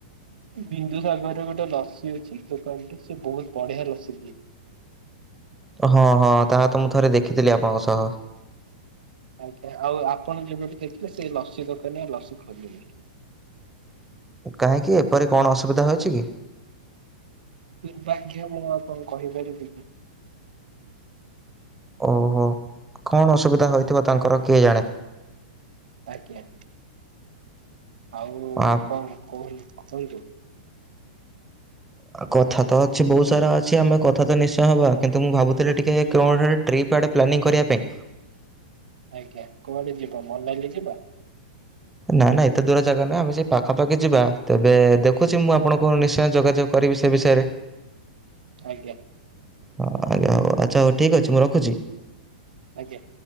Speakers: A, on the right; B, in the centre.
A: ବିନ୍ଦୁସାଗରରେ ଗୋଟେ ଲସି ଅଛି ଦୋକାନଟେ ସେ ବହୁତ ବଢିଆ ଲସି ଦିଏ।
B: ହଁ, ହଁ, ତାହା ତ ମୁଁ ଥରେ ଦେଖିଥିଲି ଆପଣଙ୍କ ସହ।
A: ଆଜ୍ଞା ଆଉ ଆପଣ ଯବେଠୁ ଦେଖିଲେ ସେ ଲସି ଦୋକାନୀ ଆଉ ଲସି ଖୋଲିନି।
B: କାହିଁକି ଏପରି କଣ ଅସୁବିଧା ହୋଇଛି କି?
A: ଦୁର୍ଭାଗ୍ୟ ମୁଁ ଆପଣଙ୍କୁ କହିପାରିବି କି।
B: ଓହୋ କଣ ଅସୁବିଧା ହୋଇଥିବ ତାଙ୍କର କିଏ ଜାଣେ?
A: ଆଜ୍ଞା। ଆଉ
B: ଆ-
A: କଣ କୁହନ୍ତୁ, କୁହନ୍ତୁ?
B: କଥା ତ ଅଛି ବହୁତ ସାରା ଅଛି ଆମେ କଥା ତ ନିଶ୍ଚୟ ହେବା କିନ୍ତୁ ମୁଁ ଭାବୁଥିଲି ଟିକେ କ୍ଲନରେ ଟ୍ରିପ୍ ଆଡ଼େ ପ୍ଲାନିଙ୍ଗ କରିବା ପାଇଁ
A: ଆଜ୍ଞା କୁଆଡେ ଯିବ ମନାଲି ଯିବା?
B: ନା ନା ଏତେ ଦୂର ଜାଗା ନାହିଁ ଆମେ ସେ ପାଖାପାଖି ଯିବା ତେବେ ଦେଖୁଛି ମୁଁ ଆପଣଙ୍କୁ ନିଶ୍ଚୟ ଯୋଗାଯୋଗ କରିବି ସେ ବିଷୟରେ।
A: ଥାଇକି ଆ
B: ହଁ ଆଜ୍ଞା ହଉ ଆଚ୍ଛା ହଉ ଠିକ୍ ଅଛି ମୁଁ ରଖୁଛି
A: ଆଜ୍ଞା